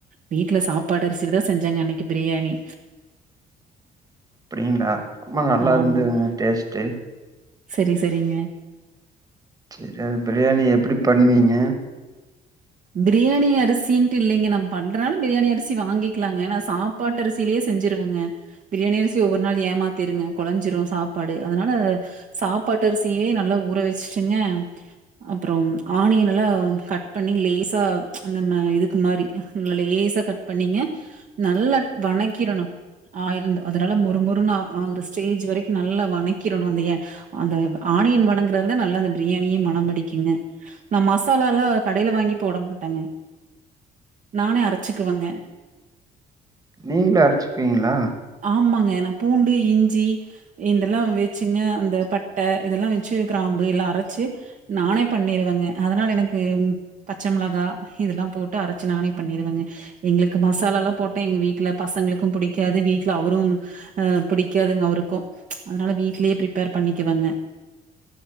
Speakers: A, on the right; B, on the right.
A: வீட்ல சாப்பாட்டு அரிசில தா செஞ்சங்க அன்னைக்கு பிரியாணி
B: அப்டிங்களா ஆமாங்க நல்லா
A: ஆமாங்க.
B: இருந்துதுங்க டேஸ்ட்டு
A: சரி சரிங்க
B: சரி பிரியாணி எப்டி பண்ணுவீங்க
A: பிரியாணி அரிசின்ட்டு இல்லைங்க நம்ம பண்றனாலு பிரியாணி அரிசி வாங்கிக்கலாங்க நா சாப்பாட்டு அரிசிலயே செஞ்சிருவங்க பிரியாணி அரிசி ஒவ்வொரு நாள் ஏமாத்திருங்க கொழஞ்சிரும் சாப்பாடு அதனால சாப்பாட்டு அரிசியே நல்லா ஊற வச்சுட்டுங்க அப்றோ ஆணியன் எல்லா கட் பண் பண்ணி லேசா அந்த அ இதுக்கு மாதிரி லேசா கட் பண்ணிங்க நல்லா வணக்கிறணு ஆயில் அது நல்லா மொறுமொறுன்னு ஆ ஆகுற ஸ்டேஜ் வரைக்கும் நல்லா வணக்கிறணு அந்த எ அந்த ஆனியன் வணங்குறதுல தா நல்ல அந்த பிரியாணியே மன பிடிக்குங்க நா மசாலாலா கடையில வாங்கி போட மாட்டங்க நானே அரச்சுக்குவங்க
B: நீங்களே அரச்சுப்பிங்களா
A: ஆமாங்க. பூண்டு இஞ்சி இதெல்லா வெச்சுங்க அந்த பட்ட இதெல்லா வெச்சு கிராம்பு எல்லா அரச்சு நானே பண்ணிருவேங்க அதனால எனக்கு பச்ச மிளகா இதெல்லா போட்டு அரைச்சு நானே பண்ணிருவங்க எங்களுக்கு மசாலாலா போட்டா எங்க வீட்ல பசங்களுக்கு புடிக்காது வீட்ல அவரும் அ புடிக்காதுங்க அவருக்கும் அதனால வீட்லே பிரிப்பேர் பண்ணிக்குவங்க